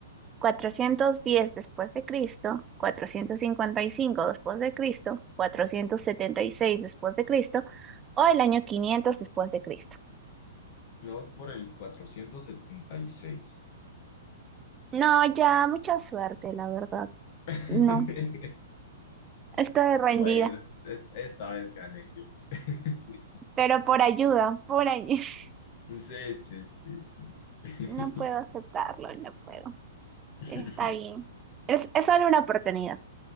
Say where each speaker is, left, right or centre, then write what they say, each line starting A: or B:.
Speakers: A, on the right; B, on the left.
A: Cuatrocientos diez después de Cristo? cuatrocientos cincuenta y cinco después de Cristo? cuatrocientos setenta y seis después de Cristo? ¿O el año 500 después de Cristo?
B: Me voy por el 476.
A: No, ya, mucha suerte, la verdad.
B: <laughs>
A: No, estoy rendida,
B: Bueno, es- esta vez gané yo. <laughs>
A: pero por ayuda, por ayuda. <laughs>
B: Sí, sí, sí, sí. sí.
A: No puedo aceptarlo, no puedo.
B: <laughs>
A: Está bien. Es, es solo una oportunidad.